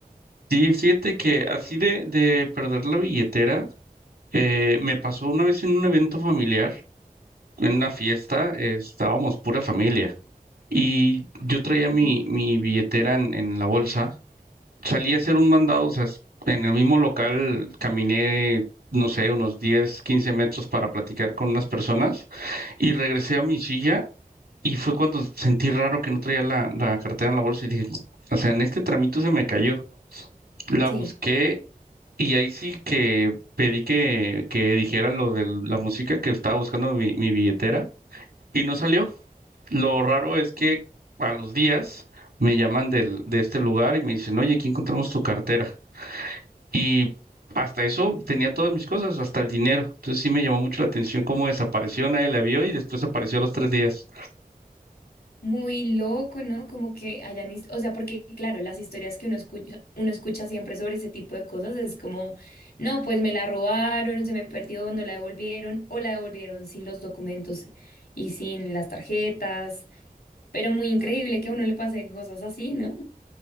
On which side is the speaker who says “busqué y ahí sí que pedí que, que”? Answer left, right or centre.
Right